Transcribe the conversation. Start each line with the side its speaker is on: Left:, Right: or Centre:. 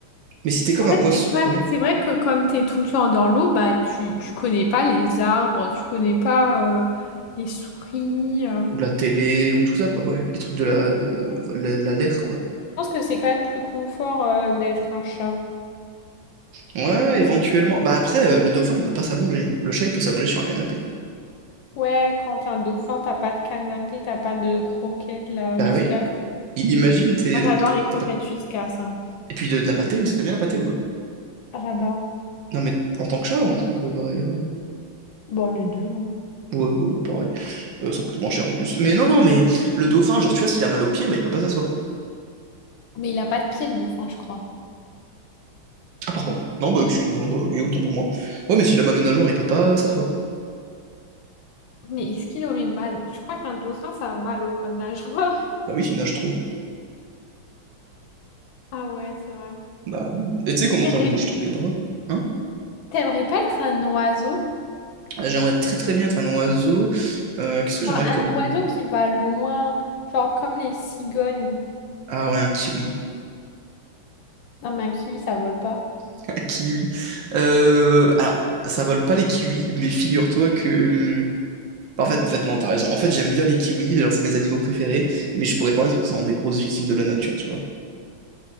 Right: Mais si t'es
Left: Parce
Right: comme un
Left: qu'en
Right: poisson,
Left: fait, c'est quand même-
Right: ouais.
Left: c'est vrai que comme t'es tout le temps dans l'eau, bah tu, tu connais pas les arbres, tu connais pas euh, les souris. euh.
Right: Ou la télé, ou tout ça, quoi, ouais. Les trucs de la, euh,
Left: Je
Right: la, la- l'air, quoi.
Left: pense que c'est quand même plus confort euh, d'être un chat.
Right: Ouais, éventuellement. Bah après, euh, le dauphin, il peut pas s'allonger. Le chat, il peut s'allonger sur un canapé.
Left: Ouais, quand t'es un dauphin, t'as pas de canapé, t'as pas de croquettes, là, Whiskas.
Right: Bah oui. I- imagine, t'es...
Left: Moi, j'adore
Right: t'as-
Left: les croquettes
Right: t'as pas-
Left: Whiskas, hein.
Right: Et puis de, de la pâtée aussi, t'aimes bien la pâtée ou quoi?
Left: Ah, J'adore.
Right: Non mais en tant que chat ou en tant que vrai... euh,
Left: Bon, les deux. hein.
Right: Ouais, bah, pareil. Euh, ça coûte moins cher en plus. Mais non, non, mais le dauphin, genre tu vois, s'il a mal aux pieds bah il peut pas s'asseoir.
Left: Mais il a pas de pied, le dauphin, je crois.
Right: Ah pardon. Non, bah excuse-moi, bah, oui, autant pour moi. Ouais, mais s'il a mal aux nageoires, il peut pas s'asseoir.
Left: Mais est-ce qu'il aurait mal? Je crois qu'un dauphin, ça a mal au nageoire. <laughs>
Right: Bah oui, s'il nage trop.
Left: Ah ouais, c'est vrai.
Right: Bah oui. Et tu sais comment
Left: T'aimerais
Right: quand je bouge trop les bras, hein?
Left: t'aimerais pas être un oiseau?
Right: J'aimerais très très bien être un oiseau. Euh, qu'est-ce que j'aimerais
Left: Genre,
Right: être
Left: un
Right: comme... oiseau
Left: oiseau qui va loin, genre comme les cigognes.
Right: Ah ouais, un kiwi.
Left: Non, mais un kiwi, ça vole pas.
Right: <laughs> Kiwi. Euh, alors, ça vole pas les kiwis, mais figure-toi que. hum, bah, En fait, en fait, non, t'as raison. En fait, j'aime bien les kiwis, genre, c'est mes animaux préférés, mais je pourrais parler sur que c'est des grosses victimes de la nature, tu vois.